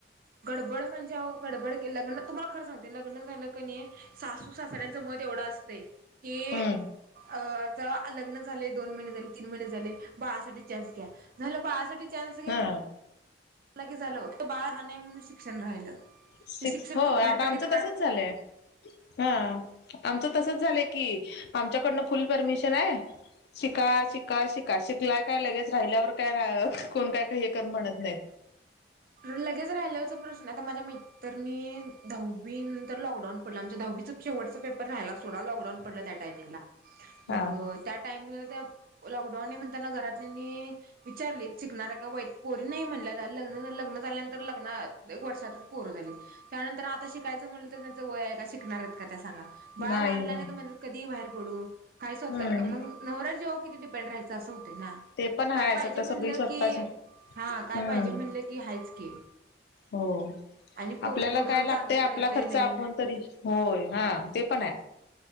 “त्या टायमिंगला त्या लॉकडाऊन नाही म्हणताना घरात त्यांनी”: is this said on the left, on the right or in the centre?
Right